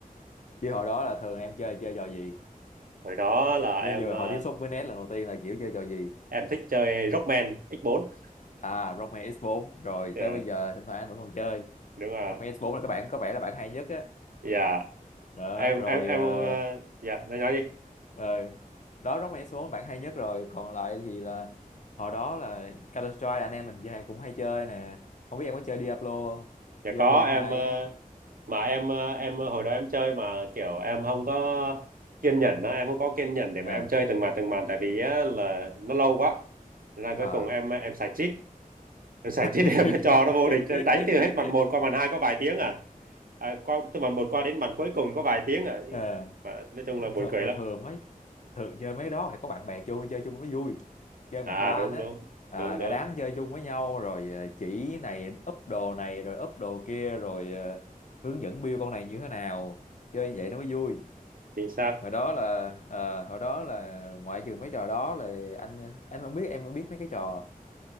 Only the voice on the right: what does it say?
hồi đó là
em
ờ,
em thích chơi Rockman X4
yeah,
đúng rồi
dạ
em
em em
ờ, dạ nói nói đi
dạ
có em
ờ,
mà em ờ, em ờ, hồi đó em chơi mà kiểu em không có kiên nhẫn đó em không có kiên nhẫn để mà
em chơi từng màn từng màn tại vì á, là nó lâu quá nên là cuối
cùng em em xài cheat Giải chết
em <laughs> trò nó vô địch em đánh từ hết màn một qua màn 2 có vài tiếng à, à qua, từ màn một qua đến màn cuối cùng có vài tiếng à
mà nói chung là buồn
cười
lắm
à
đúng
đúng
đúng đúng
chính xác